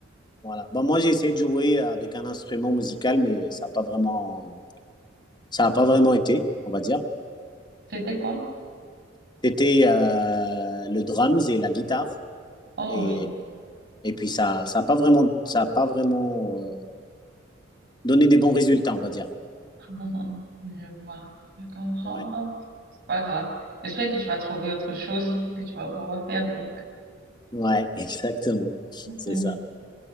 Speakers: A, on the left (about 25°); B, on the right (about 60°).
A: Voilà. Bah, moi, j'ai essayé de jouer avec un instrument musical, mais ça n'a pas vraiment, ça a pas vraiment été, on va dire.
B: C'était quoi?
A: C'était euh, le drums et la guitare.
B: Oh
A: Et,
B: oui,
A: et puis, ça, ça n'a pas vraiment, ça a pas vraiment euh, donné des bons résultats, on va dire.
B: <laughs> je vois, je comprends.
A: Ouais,
B: Oh, c'est pas grave. J'espère que tu vas trouver autre chose que tu vas pouvoir faire donc.
A: ouais, <laughs> exactement. C'est
B: Hmm.
A: ça.